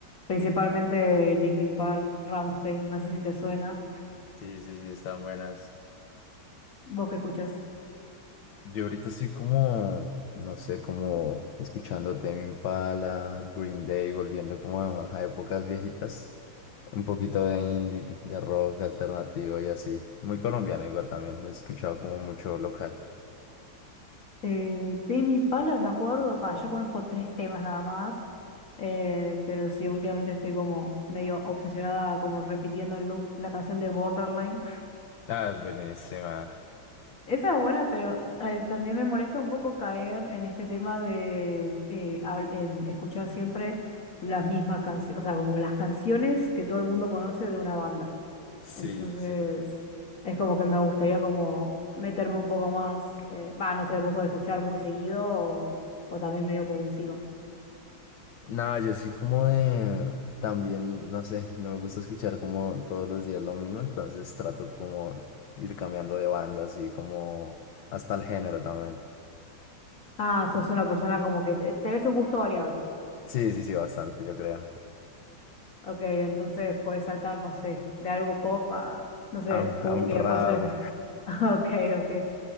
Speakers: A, on the left (about 40°); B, on the left (about 65°).
A: Principalmente Linkin Park, Rammstein, no sé si te suena.
B: Sí, sí, sí, están buenas.
A: ¿Vos qué escuchás?
B: Yo ahorita estoy como, no sé, como escuchando Tame Impala, Green Day, volviendo como a, a épocas viejitas. Un poquito de indie, de rock alternativo y así. Muy colombiano igual también. He escuchado como mucho local.
A: Eh, Tame Pala, me acuerdo, va, yo conozco tres temas nada más, eh, pero sí, últimamente estoy como medio obsesionada, como repitiendo en loop la canción de Borderline.
B: Ah, es buenísima.
A: <laughs> Esa es buena, pero eh, también me molesta un poco caer en este tema de eh, habl- em, escuchar siempre las mismas canciones, o sea, como las canciones que todo el mundo conoce de una banda.
B: Sí,
A: Entonces,
B: sí, sí.
A: es como que me gustaría como meterme un poco más, eh, va, no sé, vos sos de escuchar muy seguido o, o también medio por encima.
B: No, yo soy como de, también, no sé, no me gusta escuchar como todos los días lo mismo, entonces trato como ir cambiando de banda, así como hasta el género también.
A: Ah, sos una persona como que te- tenés un gusto variado.
B: Sí, sí, sí, bastante, yo creo.
A: Ok, entonces puedes saltar, no sé, de algo pop a, no sé,
B: A, un
A: cumbia,
B: a un rap.
A: cosas de ese- <laughs> Ok, ok.